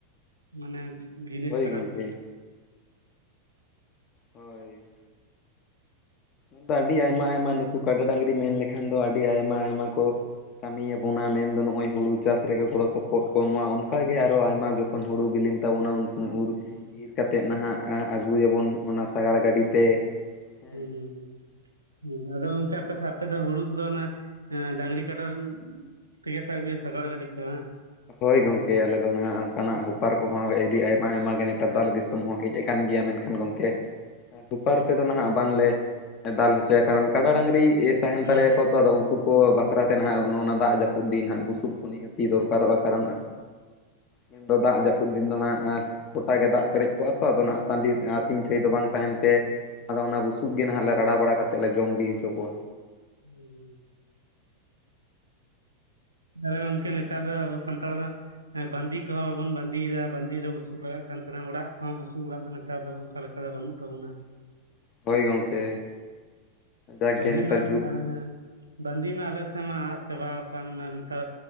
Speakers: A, on the right; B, on the left.
A: ᱢᱟᱱᱮ ᱡᱤᱱᱤᱥ
B: ᱦᱳᱭ
A: ᱠᱟᱱᱟ
B: ᱜᱚᱢᱠᱮ
A: ᱠᱚ᱾
B: ᱦᱳᱭ ᱫᱚ ᱟᱹᱰᱤ ᱟᱭᱢᱟ ᱟᱭᱢᱟ ᱱᱩᱠᱩ ᱠᱟᱰᱟ ᱰᱟᱹᱝᱨᱤ ᱢᱮᱱ ᱞᱮᱠᱷᱟᱱ ᱫᱚ ᱟᱹᱰᱤ ᱟᱭᱢᱟ ᱟᱭᱢᱟ ᱠᱚ- ᱠᱟᱹᱢᱤᱭᱟ ᱵᱚᱱᱟ
A: ᱦᱩᱸ
B: ᱢᱮᱱᱫᱚ ᱱᱚᱜᱼᱚᱭ ᱦᱩᱲᱩ ᱪᱟᱥ ᱨᱮᱜᱮ ᱜᱚᱲᱚ ᱥᱚᱯᱚᱨᱚᱫ ᱠᱚ ᱮᱢᱟ ᱚᱱᱠᱟᱜᱮ ᱟᱨᱚ ᱟᱭᱢᱟ ᱡᱚᱠᱷᱚᱱ ᱦᱩᱲᱳ ᱵᱤᱞᱤᱧ ᱛᱟᱵᱱᱟ ᱩᱱ ᱩᱨ
A: ᱦᱩᱸ
B: ᱤᱨ ᱠᱟᱛᱮᱫ ᱱᱟᱦᱟᱜ ᱟᱹᱜᱩᱭᱟᱵᱚᱱ ᱚᱱᱟ ᱥᱸᱟᱜᱟᱲ ᱜᱟᱹᱰᱤ ᱛᱮ᱾ ᱦᱮᱸ
A: ᱦᱩᱸ ᱦᱩᱸ᱾ ᱟᱫᱚ ᱚᱝᱠᱟ ᱚᱠᱛᱚ ᱟᱯᱮ ᱫᱚ ᱦᱩᱲᱩ ᱠᱚᱫᱚ ᱚᱱᱟ ᱰᱟᱝᱨᱤ ᱠᱟᱰᱟ ᱛᱤᱛᱟᱵᱮ ᱥᱟᱜᱟᱲ ᱜᱰᱤᱛᱮ ᱵᱟᱝ?
B: ᱦᱳᱭ ᱜᱚᱢᱠᱮ ᱟᱞᱮ ᱫᱚ ᱱᱟᱦᱟᱜ ᱚᱱᱠᱟᱱᱟᱜ ᱦᱚᱯᱟᱨ ᱠᱚᱦᱚᱸ ᱟᱹᱰᱤ ᱟᱭᱢᱟ ᱟᱭᱢᱟᱜ ᱜᱮ ᱱᱮᱛᱟᱨ ᱫᱚ ᱟᱞᱮ ᱫᱤᱥᱚᱢ ᱦᱚᱸ ᱦᱮᱡ ᱟᱠᱟᱱ ᱜᱮᱭᱟ ᱢᱮᱱᱠᱷᱟᱱ ᱠᱷᱟᱱ ᱜᱚᱢᱠᱮ ᱦᱯᱟᱨ ᱛᱮᱫᱚ ᱱᱟᱦᱟᱜ ᱵᱟᱝᱞᱮ ᱫᱟᱞ ᱦᱚᱪᱚᱭᱟ ᱠᱟᱨᱚᱱ ᱠᱟᱰᱟ ᱰᱟᱹᱝᱨᱤ ᱛᱟᱦᱮᱱ
A: ᱦᱩᱸ
B: ᱛᱟᱞᱮᱭᱟᱠᱚ
A: ᱦᱩᱸ
B: ᱛᱚ ᱟᱫᱚ ᱩᱱᱠᱩ ᱠᱚ ᱵᱟᱠᱷᱨᱟᱛᱮ ᱱᱟᱦᱟᱜ ᱱᱚ ᱚᱱᱟ ᱫᱟᱜ ᱡᱟᱹᱯᱩ ᱫᱤᱱ ᱱᱟᱦᱟᱜ ᱵᱩᱥᱩᱵ ᱠᱩ ᱱᱤᱦᱟᱹᱛᱤ ᱫᱚᱨᱠᱟᱨ ᱠᱟᱨᱚᱜᱼᱟ ᱠᱟᱨᱚᱱ ᱢᱮᱱᱫᱚ ᱫᱟᱜ ᱡᱟᱹᱯᱩᱫ ᱫᱤᱱ ᱫᱚ ᱱᱟᱦᱟᱜ᱾ ᱜᱚᱴᱟ ᱜᱮ ᱫᱟᱜ ᱯᱮᱨᱮᱡ ᱠᱚᱜᱼᱟ ᱛᱚ ᱟᱫᱚ ᱱᱟᱦᱟᱜ ᱴᱟᱺᱰᱤ ᱟᱹᱛᱤᱧ ᱴᱷᱮᱡ ᱫᱚ ᱵᱟᱝ ᱛᱟᱦᱮᱱ ᱛᱮ ᱟᱫᱚ ᱚᱱᱟ ᱵᱩᱥᱩᱵ ᱜᱮ ᱱᱟᱦᱟᱜ ᱞᱮ ᱨᱟᱲᱟ ᱵᱟᱲᱟ ᱠᱟᱛᱮᱫ ᱞᱮ ᱡᱚᱢ ᱵᱤ ᱦᱚᱪᱚ ᱠᱚᱣᱟ᱾
A: ᱦᱮᱸ ᱟᱨ ᱜᱚᱝᱠᱮ ᱱᱮᱛᱟᱨ ᱫᱚ ᱟᱵᱚ ᱥᱟᱱᱛᱟᱲ ᱫᱚ ᱦᱮ ᱵᱟᱸᱫᱤ ᱠᱚᱦᱚᱸ ᱵᱟᱵᱚᱱ ᱵᱟᱸᱫᱤᱭᱮᱫᱟ ᱵᱟᱸᱫᱮ ᱨᱮ ᱵᱩᱥᱩ ᱞᱟᱜ ᱠᱟᱱ ᱛᱟᱦᱮᱱᱟ ᱚᱲᱟᱜ ᱠᱚᱦᱚᱸ ᱵᱩᱥᱩ ᱚᱲᱟᱜ ᱱᱮᱛᱟᱨ ᱫᱚ ᱚᱱᱠᱟ ᱞᱮᱠᱟ ᱫᱚ ᱵᱟᱹᱱᱩᱜ ᱛᱟᱵᱚᱱᱟ᱾
B: ᱦᱳᱭ ᱜᱚᱝᱠᱮ ᱡᱟᱠᱜᱮ
A: ᱵᱟᱸᱫᱤ
B: ᱱᱮᱛᱟᱨ
A: ᱢᱟ
B: ᱡᱩᱜᱽ
A: ᱦᱮ ᱵᱟᱸᱫᱤ ᱢᱟ ᱟᱞᱮᱥᱱ ᱢᱟ ᱟᱫ ᱪᱟᱵᱟᱣ ᱠᱟᱱ᱾ ᱛᱟᱨ